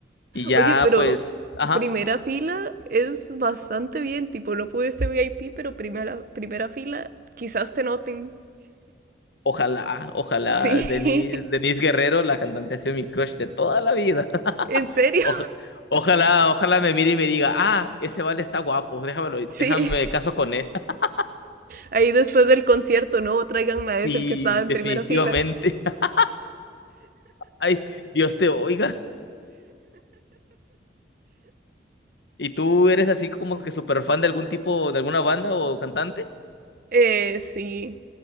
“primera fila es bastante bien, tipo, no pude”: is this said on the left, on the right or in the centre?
Right